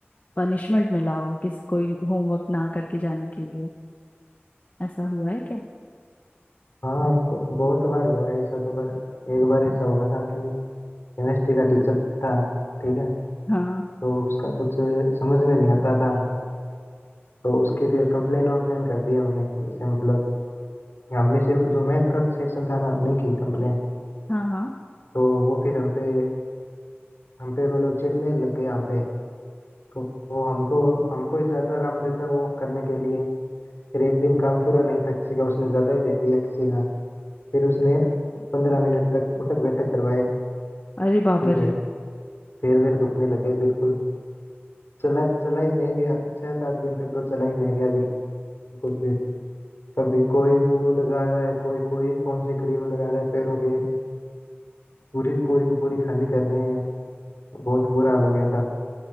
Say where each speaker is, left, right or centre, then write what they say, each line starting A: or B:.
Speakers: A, on the left; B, on the left.
A: पनिशमेंट मिला हो किस कोई होमवर्क ना करके जाने के लिए ऐसा हुआ है क्या
B: हाँ ब- बहुत बार हुआ है ऐसा तो पर एक बार ऐसा हुआ था कि केमिस्ट्री का टीचर था ठीक है
A: हाँ
B: तो उसका कुछ समझ में नहीं आता था तो उसकी फिर कंप्लेन वम्प्लेन कर दी हमने जैसे मतलब हमने सिर्फ जो मैथ का सेक्शन था ना हमने की कंप्लेन
A: हाँ हाँ
B: तो वो फिर हम पे हम पे मतलब चिढ़ने लग गए हम पे तो वो हमको हमको ही ज्यादा काम देता वो करने के लिए फिर एक दिन काम पूरा नहीं था किसी का उसने ज्यादा ही दे दिया किसी का फिर उसने पंद्रह मिनट तक उठक बैठक करवाए
A: अरे बाबा
B: फिर
A: रे
B: पैर वैर दुखने लगे बिल्कुल चला चला ही नहीं गया छह सात दिन तक तो चला ही नहीं गया बिल्कुल फिर कभी कोई मुंह लगा रहा है कोई कोई कौन सी क्रीम लगा रहा है पैरों के पूरी पूरी की पूरी खाली कर रहे हैं बहुत बुरा हाल हो गया था